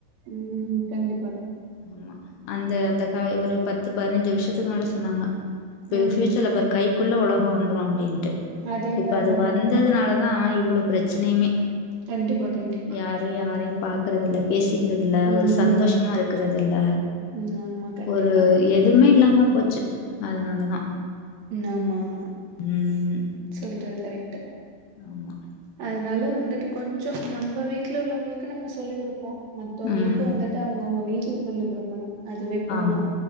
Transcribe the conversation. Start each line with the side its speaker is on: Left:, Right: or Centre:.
Right: ம் கண்டிப்
Left: ஆமா, அந்த அந்த கா ஒரு பத்து பதினஞ்சு வருஷத்துக்கு முன்னாடி சொன்னாங்க
Right: ம்
Left: ஃபியூச்சர்ல பாரு கைக்குள்ள உலக வந்துரு அப்டின் ட்டு
Right: அதே
Left: இப்ப
Right: மாரிதா
Left: அது
Right: இருக்கு
Left: வந்ததுனாலதா
Right: இப்ப
Left: இவ்வள பிரச்சனையுமே
Right: கண்டிப்பா கண்டிப்பா
Left: யாரு யாரையு பாக்குறதில்ல பேசிக்கிறதில்ல
Right: ம்
Left: ஒரு சந்தோஷமா இருக்கறதில்ல
Right: ம் ஆமா கண்டிப்பா
Left: ஒரு எதுமே இல்லாம போச்சு அதனாலதா
Right: ஆமா ஆமா
Left: ம்
Right: சொல்றது கரெக்ட்டு
Left: ஆமா
Right: அதனால வந்துட்டு கொஞ்சோ நம்ம வீட்ல உள்ளவங்களுக்கு நம்ம சொல்லி குடுப்போ மத்தவங்களுக்கு
Left: ம்
Right: வந்துட்டு அவங்கவுங்க வீட்ல சொல்லி குடுக்கணு அதுவே போது
Left: ஆமா